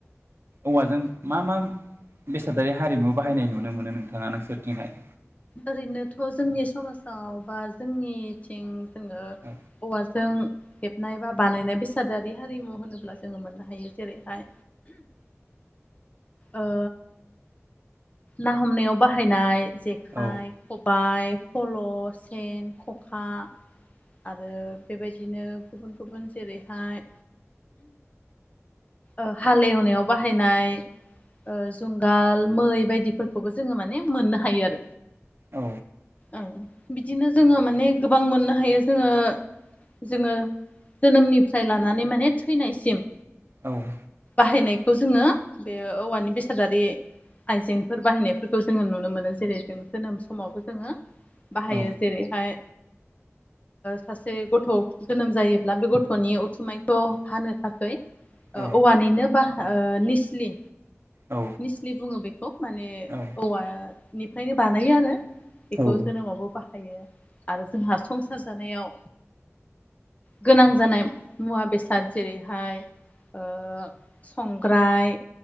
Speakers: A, on the right; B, on the left.
A: औवाजों मा मा बेसादारि हारिमु बाहायनाय नुनो मोनो नोंथाङा नोंसोरथिंहाय?
B: ओरैनोथ' जोंनि समाजाव बा जोंनिथिं जोङो
A: औ
B: औवाजों हेबनाय बा बानायनाय बेसादारि हारिमु होनोब्ला जोङो मोननो हायो जेरैहाय ओ ना हमनायाव बाहायनाय खाइ
A: औ
B: खबाइ। फल' सेन खखा आरो बेबायदिनो गुबुन गुबुन जेरैहाय ओ हाल एवनायाव बाहायनाय जुंगाल मै बायदिफोरखौबो जोङो माने मोननो हायो आरो।
A: औ
B: ओं बिदिनो जोङो माने गोबां मोननो हायो जोङो जोङो जोनोमनिफ्राय लानानै माने थैनाय सिम
A: औ
B: बाहायनायखौ जोङो बे औवानि बेसादारि आयजेंफोर बाहायनायफोरखौ जोङो नुनो मोनो जेरै जों जोनोम समावबो जोङो बाहायो
A: औ
B: जेरैहाय सासे गथ' जोनोम जायोब्ला बे गथ'नि उथुमाइखौ हानो थाखै ओ
A: औ
B: औवानिनो बा निस्लि
A: औ
B: निस्लि बुङो बे खौ माने
A: औ
B: औवा निफ्रायनो बानायो आरो। बेखौ
A: औ
B: जानो मावाबो बा हायो आरो जोंहा संसार जानायाव गोनां जानाय मुवा बेसाद जेरैहाय ओ संग्राइ